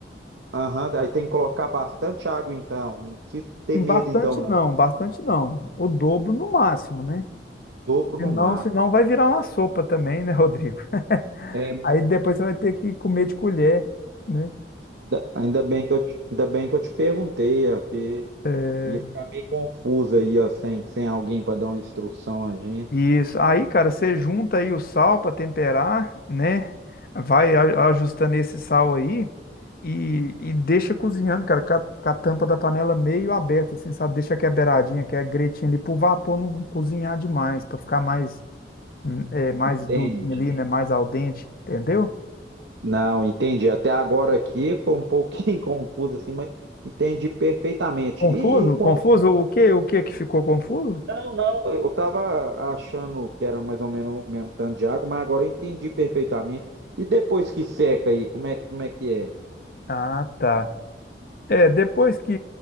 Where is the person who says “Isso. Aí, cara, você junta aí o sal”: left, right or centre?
Left